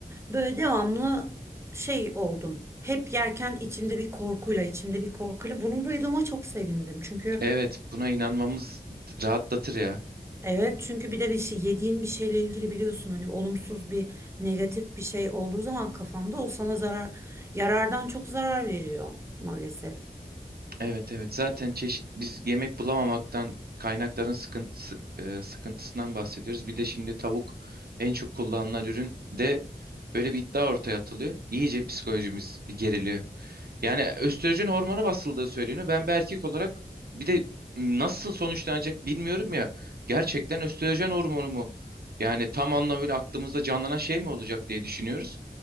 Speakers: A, on the right; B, on the right.
A: Böyle devamlı şey oldum. Hep yerken içimde bir korkuyla, içimde bir korkuyla. Bunu duyduğuma çok sevindim. Çünkü
B: evet buna inanmamız rahatlatır ya.
A: Evet çünkü bir de bir şey yediğin bir şeyle ilgili biliyorsun hani olumsuz bir negatif bir şey olduğu zaman kafanda o sana zarar yarardan çok zarar veriyor maalesef.
B: Evet evet zaten çeşit biz yemek bulamamaktan kaynakların sıkıntısı, e, sıkıntısından bahsediyoruz. Bir de şimdi tavuk en çok kullanılan ürün de böyle bir iddia ortaya atılıyor. İyice psikolojimiz bir geriliyor. Yani östrojen hormonu basıldığı söyleniyor. Ben bir erkek olarak bir de nasıl sonuçlanacak bilmiyorum ya. Gerçekten östrojen hormonu mu? Yani tam anlamıyla aklımızda canlanan şey mi olacak diye düşünüyoruz.